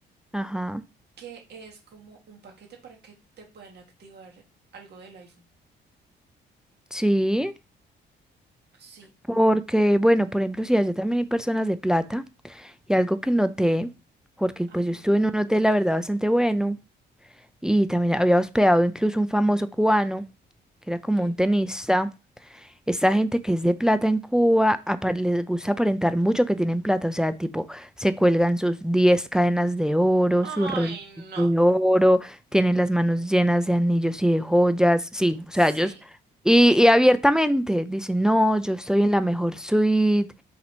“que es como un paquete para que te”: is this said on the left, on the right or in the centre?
Right